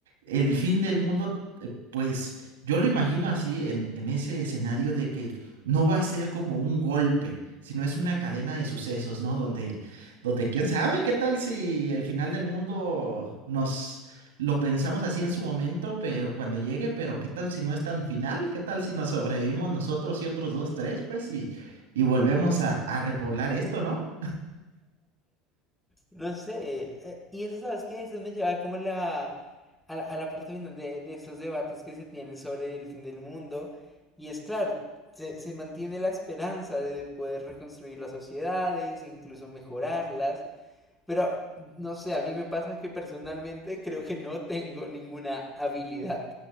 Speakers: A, on the right; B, in the centre.
A: el fin del mundo, eh, pues yo lo imagino así en, en ese escenario de que no va a ser como un golpe, sino es una cadena de sucesos, ¿no? Donde, donde quién sabe qué tal si el final del mundo nos... Lo pensamos así en su momento, pero cuando llegue, pero ¿qué tal si no es tan final? ¿Qué tal si nos sobrevivimos nosotros y otros dos, tres? Pues y, y volvemos a, a repoblar esto, ¿no?
B: No sé, eh, y eso, ¿sabes qué? Eso me lleva como la, a, la a la parte final de, de estos debates que se tienen sobre el fin del mundo. Y es claro, se, se mantiene la esperanza de poder reconstruir las sociedades, incluso mejorarlas, pero no sé, a mí me pasa que personalmente creo que no tengo ninguna habilidad